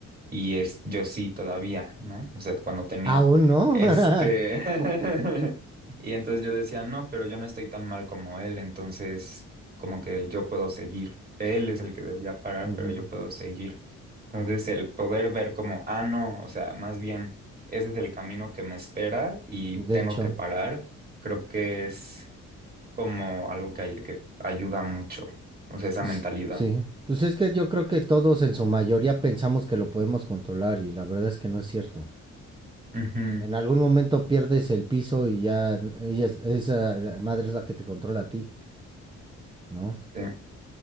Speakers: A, on the right; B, on the right.
A: Y es, yo sí todavía, ¿no? O sea, cuando tenía,
B: Aún no.
A: este,
B: <laughs>
A: <laughs> y entonces yo decía, no, pero yo no estoy tan mal como él, entonces como que yo puedo seguir. Él es el que debería parar,
B: Ujú.
A: pero yo puedo seguir. Entonces el poder ver como, ah, no, o sea, más bien, ese es el camino que me espera y
B: De
A: tengo
B: hecho.
A: que parar, creo que es como algo que, ay- que ayuda mucho, o sea, esa
B: S-
A: mentalidad.
B: Sí, pues es que yo creo que todos en su mayoría pensamos que lo podemos controlar y la verdad es que no es cierto.
A: Ujú,
B: En algún momento pierdes el piso y ya n- ella es- esa la madre es la que te controla a ti, ¿no?
A: sí,